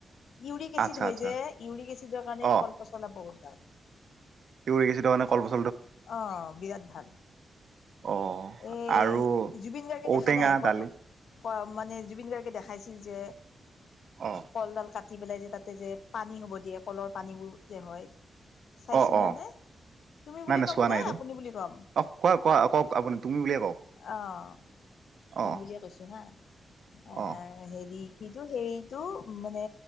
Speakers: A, on the left (about 70°); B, on the right (about 55°).
A: ইউৰিক এচিড
B: আচ্ছা
A: হয়
B: আচ্ছা
A: যে ইউৰিক এচিডৰ কাৰণে
B: অ
A: কল পচলা বহুত ভাল।
B: ইউৰিক এচিডৰ কাৰনে কল
A: অ', বিৰাট ভাল।
B: অ
A: এই
B: আৰু
A: জুবিন গাৰ্গে
B: ঔটেঙা
A: দেখা নাই কল
B: দালি
A: মানে জুবিন গাৰ্গে দেখাইছিল যে
B: অ
A: কলডাল কাটি কাটি পেলাই যে তাতে যে পানী হ'ব দিয়ে কলৰ পানীবোৰ যে হয়। চাইছিলানে
B: অ অ
A: তুমি
B: নাই
A: বুলি
B: নাই
A: ক'ম
B: চোৱা নাই
A: নে
B: এইটো
A: আপুনি বুলি কম?
B: অ কোৱা কোৱা কওক আপুনি তুমি বুলিয়ে কওক
A: অ', তুমি
B: অ
A: বুলিয়ে কৈছো হা এ
B: অ
A: হেৰি কিটো হেৰিটো মানে